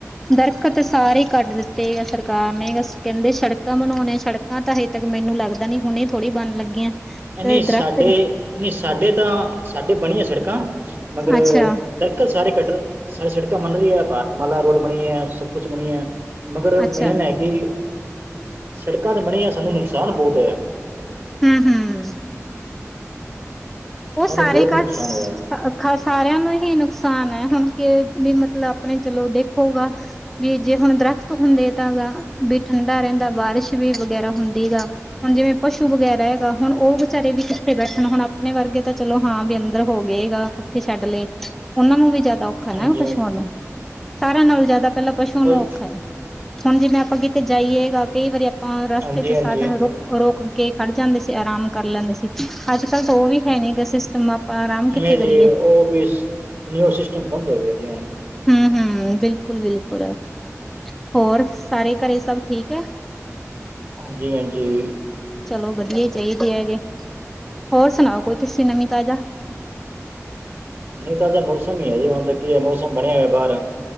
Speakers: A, in the centre; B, on the right.
A: ਦਰਖਤ ਤੇ ਸਾਰੇ ਈ ਕੱਟ ਦਿੱਤੇ ਐ ਸਰਕਾਰ ਨੇ ਬਸ ਕਹਿੰਦੇ ਸੜਕਾਂ ਬਣੌਨੀਆਂ, ਸੜਕਾਂ ਤਾਂ ਹਜੇ ਤੱਕ ਮੈਨੂੰ ਲੱਗਦਾ ਨੀ ਹੁਣੇ ਥੋੜ੍ਹੀ ਬਣਨ ਲੱਗੀਆਂ।
B: ਐ
A: ਤੇ
B: ਨਈਂ
A: ਦਰਖਤ
B: ਸਾਡੇ, ਨਈਂ ਸਾਡੇ ਤਾਂ ਸਾਡੇ ਬਣੀਆਂ ਸੜਕਾਂ ਮਗਰ
A: ਅੱਛਾ
B: ਦਰਖਲ ਸਾਰੇ ਕੱਟ ਰੇ, ਸਾਰੀ ਸੜਕਾਂ ਬਣ ਰਈਐ ਭਾਰਤਮਾਲਾ ਰੋਡ ਬਣੀ ਐ, ਸਭ ਕੁਛ ਬਣੀ ਐ। ਮਗਰ
A: ਅੱਛਾ
B: ਮੇਨ ਹੈ ਕਿ ਸੜਕਾਂ ਤੇ ਬਣੀਆਂ ਸਾਨੂੰ ਨੁਕਸਾਨ ਬੋਤ ਹੋਇਐ।
A: ਹੁੰ-ਹੁੰ, ਓਹ
B: ਸਾਨੂੰ
A: ਸਾਰੇ
B: ਬਹੁਤ
A: ਕਟ-ਕ
B: ਨੁਕਸਾਨ ਹੋਇਆ
A: ਖਾ ਸਾਰਿਆਂ ਨੂੰ ਹੀ ਨੁਕਸਾਨ ਹੈ ਹੁਣ ਕੇ ਵੀ ਮਤਲਬ ਆਪਣੇ ਚਲੋ ਦੇਖੋਗਾ ਬੀ ਜੇ ਹੁਨ ਦਰਖਤ ਹੁੰਦੇ ਤਾਂ ਬੀ ਠੰਡਾ ਰਹਿੰਦਾ ਬਾਰਿਸ਼ ਵੀ ਵਗੈਰਾ ਹੁੰਦੀ ਗਾ। ਹੁਨ ਜਿਵੇਂ ਪਸ਼ੂ ਵਗੈਰਾ ਹੈਗਾ ਹੁਨ ਓਹ ਵਚਾਰੇ ਵੀ ਕਿੱਥੇ ਬੈਠਨ, ਹੁਨ ਆਪਣੇ ਵਰਗੇ ਤਾਂ ਚਲੋ ਹਾਂ ਵੀ ਅੰਦਰ ਹੋ ਗਏਗਾ ਪੱਖੇ ਛੱਡ ਲਏ ਓਹਨਾ ਨੂੰ ਵੀ ਜਿਆਦਾ ਔਖਾ ਨਾ
B: ਹਾਂਜੀ
A: ਪਸ਼ੂਆਂ ਨੂੰ, ਸਾਰਿਆਂ ਨਾਲੋ ਜਿਆਦਾ ਪਹਿਲਾਂ ਪਸ਼ੂਆਂ
B: ਹਾਂਜੀ
A: ਨੂੰ ਔਖਾ ਐ। ਹੁਨ ਜਿਵੇਂ ਆਪਾਂ ਕਿਤੇ ਜਾਈਏ ਗਾ ਕਈ ਵਾਰੀ ਆਪਾਂ ਰਸਤੇ
B: ਹਾਂਜੀ
A: ਚ
B: ਹਾਂਜੀ
A: ਸਾਧਨ ਰੁਕ ਰੋਕ ਕੇ ਖੜ ਜਾਂਦੇ ਸੀ ਆਰਾਮ ਕਰ ਲੈਂਦੇ ਸੀ, ਅੱਜ ਕੱਲ ਤਾਂ ਓਹ ਵੀ ਹੈ ਨੀ ਗਾ ਸਿਸਟਮ ਆਰਾਮ
B: ਨਹੀਂ
A: ਕਿੱਥੇ ਕਰੀਏ
B: ਜੀ, ਓਹ ਵੀ, ਨਈ ਓ ਸਿਸਟਮ ਬੰਦ ਹੋ ਗਿਆ ਜੀ ਹੁਨ।
A: ਹੁੰ-ਹੁੰ, ਬਿਲਕੁਲ-ਬਿਲਕੁਲ। ਹੋਰ ਸਾਰੇ ਘਰੇ ਸਭ ਠੀਕ ਐ?
B: ਹਾਂਜੀ-ਹਾਂਜੀ।
A: ਚਲੋ ਵਦੀਆ ਈ ਚਾਹੀਦੀ ਐ ਹੈਗੇ। ਹੋਰ ਸੁਣਾਓ ਕੋਈ ਤੁਸੀਂ ਨਵੀਂ ਤਾਜਾ?
B: ਨਵੀ ਤਾਂ ਅੱਜ ਮੌਸਮ ਈ ਐ ਜੀ ਹੁਨ ਤਾਂ ਕੀ ਐ ਮੌਸਮ ਬਨਿਆ ਹੋਇਆ ਹੁਨ ਬਾਹਰ।